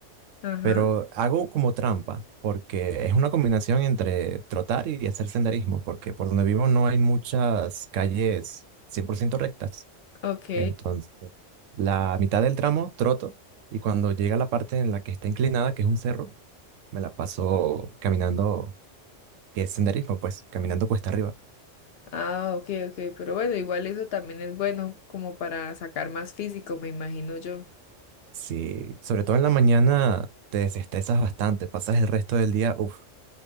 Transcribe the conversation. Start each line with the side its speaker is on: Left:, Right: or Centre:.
Left: Ajá,
Right: pero hago como trampa, porque es una combinación entre trotar y hacer senderismo, porque por donde vivo no hay muchas calles 100% rectas.
Left: ok.
Right: Entonces, la mitad del tramo troto y cuando llega la parte en la que está inclinada, que es un cerro, me la paso caminando, que es senderismo, pues, caminando cuesta arriba.
Left: Ah, ok, ok. Pero bueno, igual eso también es bueno como para sacar más físico, me imagino yo.
Right: Sí, sobre todo en la mañana te desestresas bastante, pasas el resto del día, uff,